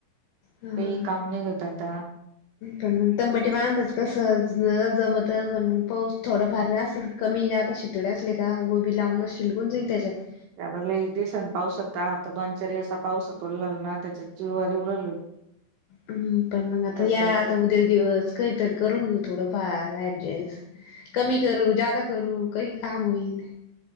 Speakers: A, on the left (about 75°); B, on the right (about 75°).
A: हा
B: कई काम निघत आता.
A: पण मंग तंबटी बांध च कसं ज जमतं पण मग पाऊस थोड फार आसनं कमी ते आता शितोळया असल्या का गोबी लावूनचं शिलगून जाईन त्याच्यात.
B: आता लई दिसन पाऊस होता आता दोन चार दिवसा पावसात उलला ना त्याच्या जिवार येवू राहल
A: हम्म पण मंग आता या
B: जायचं
A: आता उद्या दिवस काईतरी करून घेऊ थोडंफार. ऍडजेस्ट कमी करू जादा करू कही काम होईल.